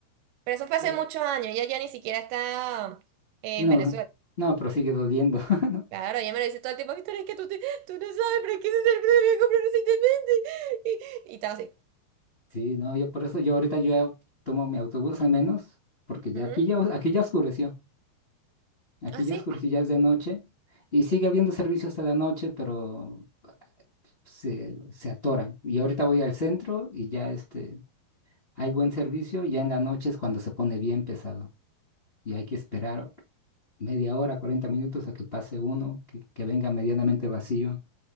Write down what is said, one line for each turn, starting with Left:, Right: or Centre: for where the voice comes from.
Right: Pero eso fue hace
Left: eh,
Right: muchos años, ella ya ni siquiera está eh,
Left: no,
Right: en Venezuela.
Left: no, pero sigue doliendo, <laughs>
Right: Claro, ella me lo dice todo el tiempo, Victoria, es que tú, te- tú no sabes, pero es que ese teléfono lo había comprado recientemente. Y, y estaba así.
Left: Sí, no, yo por eso, yo ahorita yo ya tomo mi autobús al menos, porque ya
Right: Ujú.
Left: aquí ya, aquí ya oscureció, aquí
Right: ¿Ah,
Left: ya
Right: sí?
Left: oscureció, ya es de noche, y sigue habiendo servicio hasta la noche, pero se, se atoran. Y ahorita voy al centro y ya este, hay buen servicio, ya en la noche es cuando se pone bien pesado, y hay que esperar media hora, 40 minutos a que pase uno, que, que venga medianamente vacío,